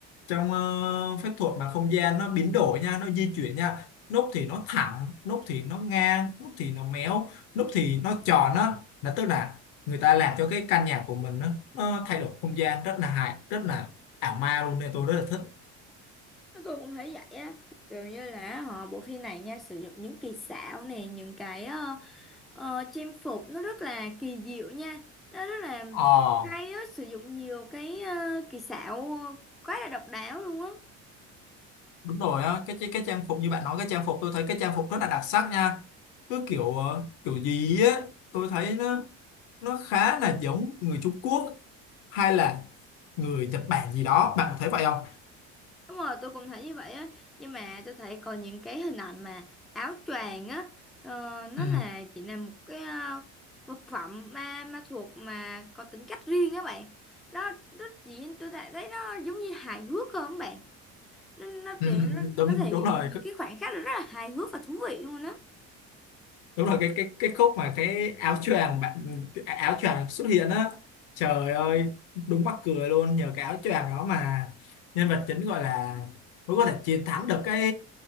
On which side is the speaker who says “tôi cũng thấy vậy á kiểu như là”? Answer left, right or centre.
Centre